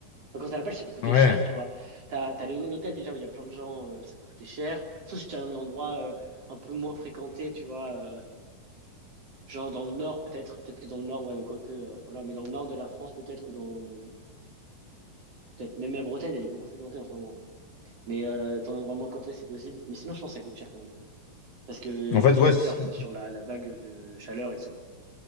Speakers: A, on the right; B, on the left.
A: Les vacances à la plage, ça peut coûter
B: ouais.
A: cher, tu vois. T'as, t'as le- l'hôtel déjà où il y a plein de gens, euh, ça peut coûter cher. Sauf si tu es dans des endroits euh, un peu moins fréquentés, tu vois, euh, genre dans le nord peut-être, peut-être que dans le nord, ouais, quoique, euh, voilà, mais dans le nord de la France peut-être, ou dans, peut-être même la Bretagne, elle est beaucoup fréquentée en ce moment. Mais euh, dans un endroit moins fréquenté, c'est possible. Mais sinon, je pense que ça coûte cher quand même. Parce que les
B: En fait,
A: hôtels,
B: ouais,
A: ils surfent
B: c'est-
A: sur la, la vague de chaleur et tout, quoi.